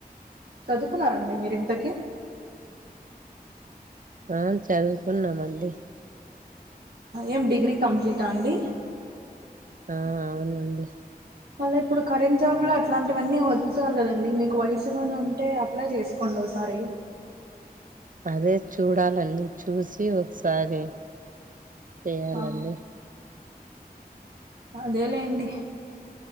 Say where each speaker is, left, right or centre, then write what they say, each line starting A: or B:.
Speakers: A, on the right; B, on the right.
A: చదుకున్నారండి మీరింతకీ
B: ఆ చదువుకున్నామండి
A: ఏం డిగ్రీ కంప్లీటా అండి
B: ఆ అవునండి
A: మళ్ళా ఇప్పుడు కరెంట్ జాబ్ ల అట్లాంటివన్నీ వదులుతున్నారు కదండి మీకు వయసుగానే అంటే అప్లై చేసుకోండోసారి
B: అదే చూడాలండి చూసి ఒకసారి చేయాలండి
A: ఆ అదే లే అండి